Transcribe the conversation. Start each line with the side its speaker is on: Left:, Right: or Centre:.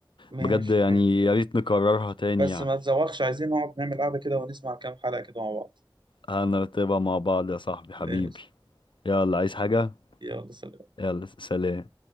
Right: ماشي
Left: بجد يعني
Right: ماشي
Left: يا ريت نكررها تاني
Right: بس
Left: يعني
Right: ما تزوقش عايزين نقعد نعمل قعدة كده ونسمع كام حلقة كده مع بعض
Left: هنرتبها مع بعض يا صاحبي حبيبي
Right: ماشي
Left: يلا عايز حاجة
Right: يلا سلام
Left: يلا سلام